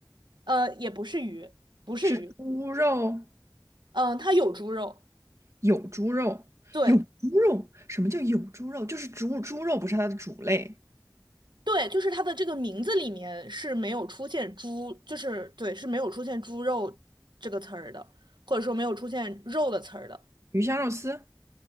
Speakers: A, on the right; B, on the right.
A: 呃，也不是鱼，不是鱼，
B: 是猪肉，
A: 嗯、它有猪肉，
B: 有猪肉，
A: 对
B: 有猪肉。什么叫有猪肉？就是猪猪肉不是它的主类。
A: 对，就是它的这个名字里面是没有出现猪，就是对，是没有出现猪肉这个词儿的，或者说没有出现肉的词儿的，
B: 鱼香肉丝，